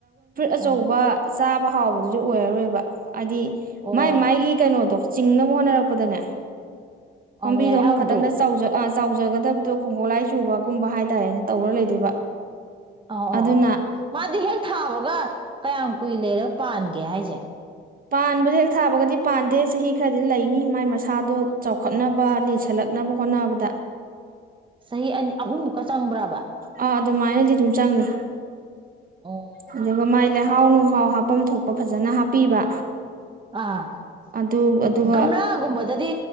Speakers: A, on the right; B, on the right.
A: ꯑ
B: ꯑꯣ
A: ꯊꯥꯎꯕꯗꯨꯗꯤ ꯑꯣꯏꯔꯔꯣꯏꯕ ꯍꯥꯏꯗꯤ
B: ꯑꯣ
A: ꯃꯥꯏ ꯃꯥꯏꯒꯤ ꯀꯩꯅꯣꯗꯣ ꯆꯤꯡꯅꯕ ꯍꯣꯠꯅꯔꯛꯄꯗꯅꯦ
B: ꯑꯣ
A: ꯄꯥꯝꯕꯤꯗꯨꯣ
B: ꯂꯩꯍꯥꯎꯗꯣ
A: ꯑꯃꯈꯛꯇꯪꯗ ꯆꯥꯎꯖꯠ ꯆꯥꯎꯖꯒꯗꯕꯗꯣ ꯈꯣꯡꯒꯣꯠꯂꯥꯏ ꯆꯨꯕꯒꯨꯝꯕ ꯍꯥꯏꯇꯥꯔꯦꯅ ꯇꯧꯔ ꯂꯩꯗꯣꯏꯕ
B: ꯑ ꯑꯣ
A: ꯑꯗꯨꯅ
B: ꯑꯣ ꯃꯥꯗꯤ ꯍꯦꯛ ꯊꯥꯕꯒ ꯀꯌꯥꯝ ꯀꯨꯏ ꯂꯩꯔꯦ ꯄꯥꯟꯒꯦ ꯍꯥꯏꯁꯦ
A: ꯄꯥꯟꯕꯁ ꯍꯦꯛ ꯊꯥꯕꯒꯗꯤ ꯄꯥꯟꯗꯦ ꯆꯍꯤ ꯈꯔꯗꯤ ꯂꯩꯅꯤ ꯃꯥꯏ ꯃꯁꯥꯗꯣ ꯆꯥꯎꯈꯠꯅꯕ ꯂꯤꯁꯜꯂꯛꯅꯕ ꯍꯣꯠꯅꯕꯗ
B: ꯆꯍꯤ ꯑꯅꯤ ꯑꯍꯨꯝꯃꯨꯛꯀ ꯆꯪꯕ꯭ꯔꯕ
A: ꯑꯥ ꯑꯗꯨꯃꯥꯏꯅꯗꯤ ꯑꯗꯨꯝ ꯆꯪꯉꯤ
B: ꯑꯣ
A: ꯑꯗꯨꯗꯕꯃꯥꯏꯂ ꯍꯥꯎꯅ ꯃꯍꯥꯎ ꯍꯥꯞꯐꯝꯝ ꯊꯣꯛꯄ ꯐꯖꯅ ꯍꯥꯞꯄꯤꯕ
B: ꯑꯥ
A: ꯑꯗꯨ ꯑꯗꯨꯒ
B: ꯒꯝꯂꯥꯒꯨꯝꯕꯗꯗꯤ